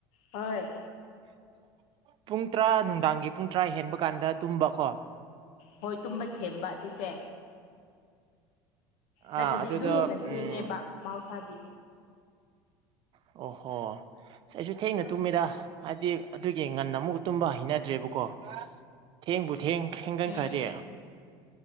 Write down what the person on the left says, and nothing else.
ꯍꯣꯏ
ꯍꯣꯏ ꯇꯨꯝꯕ ꯊꯦꯝꯕ ꯑꯗꯨꯁꯦ ꯅꯠꯇ꯭ꯔꯗꯤ
ꯑꯗꯨ ꯍꯦꯟꯅ ꯊꯦꯡꯉꯦꯕ
ꯃꯍꯧꯁꯥꯗꯤ
ꯎꯝ